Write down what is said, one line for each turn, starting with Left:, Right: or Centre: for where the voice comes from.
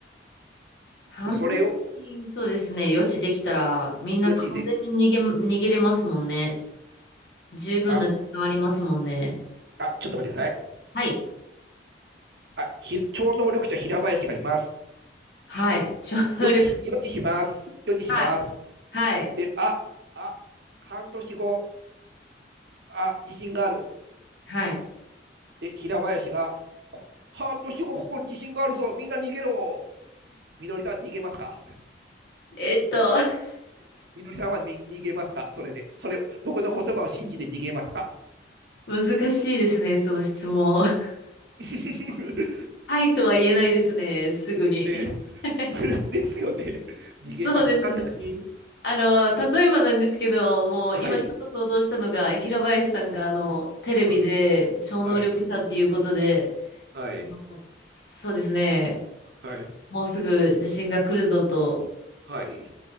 Left: 半年、
Right: それを
Left: そうですね。余地できたら、みんな完全に逃げま、
Right: 予知でき、
Left: 逃げれますもんね。十分な時間ありますもんね。
Right: あ、あ、ちょっと待ってください。
Left: はい。
Right: あ、ひ、超能力者平林がいます。
Left: はい。調力。
Right: 予知し、予知します。
Left: <laughs>
Right: 予知します。
Left: はい。はい。
Right: で、あ、あ、半年後、あ、地震がある。
Left: はい。
Right: で、平林が、半年後ここに地震があるぞ。みんな逃げろ。みのりさん逃げますか
Left: えっと、<laughs>
Right: みのりさんは逃げますかそれで。それ、僕の言葉を信じて逃げますか
Left: 難しいですね、その質問。<laughs>
Right: <laughs>
Left: はいとは言えないですね、すぐに。
Right: で、
Left: <laughs>
Right: <laughs> ですよね。逃げますかって話。
Left: そうですね。あの、例えばなんですけど、もう今ちょっと想像したのが、
Right: はい。
Left: 平林さんがあの、テレビで超能力者っていうことで、
Right: ははい。はい。
Left: あのそうですね、
Right: はい。
Left: もうすぐ地震が来るぞと、
Right: はい。